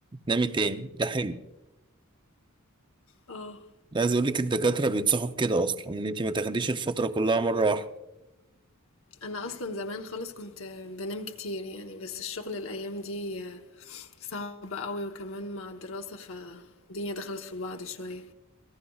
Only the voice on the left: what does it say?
اه
انا اصلا زمان خالص كنت بنام كتير يعني بس الشغل الايام دي صعب قوي وكمان مع الدراسه فالدنيا دخلت في بعض شويه